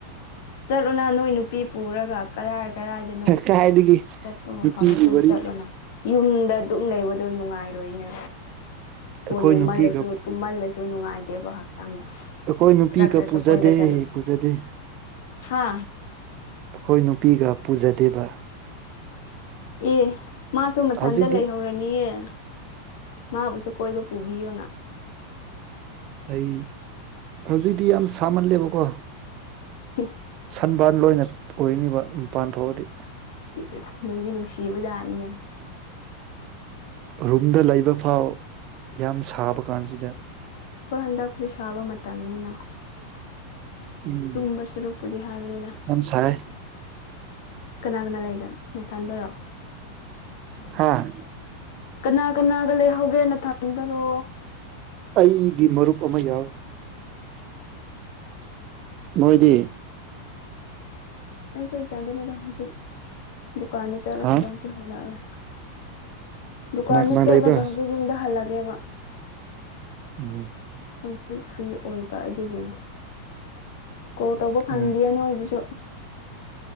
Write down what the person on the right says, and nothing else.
ꯀꯥꯏꯗꯒꯤ
ꯅꯨꯄꯤꯒꯤ
ꯋꯥꯔꯤ
ꯑꯩꯈꯣꯏ
ꯅꯨꯄꯤꯒ
ꯑꯩꯈꯣꯏ ꯅꯨꯄꯤꯒ
ꯄꯨꯖꯗꯦ
ꯄꯨꯖꯗꯦ
ꯑꯩꯈꯣꯏ ꯅꯨꯄꯤꯒ ꯄꯨꯖꯗꯦꯕ
ꯍꯧꯖꯤꯛꯇꯤ
ꯑꯩ ꯍꯧꯖꯤꯛꯇꯤ ꯌꯥꯝ ꯁꯥꯃꯜꯂꯦꯕꯀꯣ
ꯁꯟꯕꯥꯟ ꯂꯣꯏꯅ ꯑꯣꯏꯅꯤꯕ ꯃꯄꯥꯜ ꯊꯣꯛꯑꯗꯤ
ꯔꯨꯝꯗ ꯂꯩꯕ ꯐꯥꯎ ꯌꯥꯝ ꯁꯥꯕ ꯀꯥꯟꯁꯤꯗ
ꯎꯝ
ꯌꯥꯝ ꯁꯥꯏ
ꯍꯥ
ꯑꯩꯒꯤ ꯃꯔꯨꯞ ꯑꯃ ꯌꯥꯎꯋꯦ ꯅꯣꯏꯗꯤ
ꯍꯥ
ꯀꯅꯥ ꯀꯅꯥ
ꯂꯩꯕ꯭ꯔꯥ
ꯑꯣ
ꯑꯣ